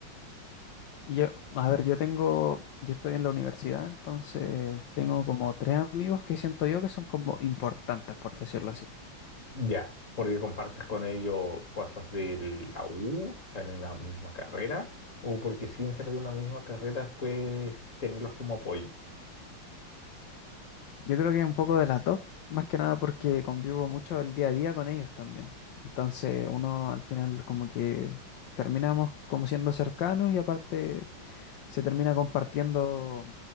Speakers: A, on the left; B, on the left.
A: Yo, a ver, yo tengo, yo estoy en la universidad, entonces tengo como tres amigos que siento yo que son como importantes, por decirlo así.
B: Ya, porque compartes con ellos cosas de la U, están en la misma carrera, o porque sin ser de una misma carrera puedes tenerlos como apoyo.
A: Yo creo que es un poco de las dos, más que nada porque convivo mucho el día a día con ellos también. Entonces uno al final como que terminamos como siendo cercanos y aparte se termina compartiendo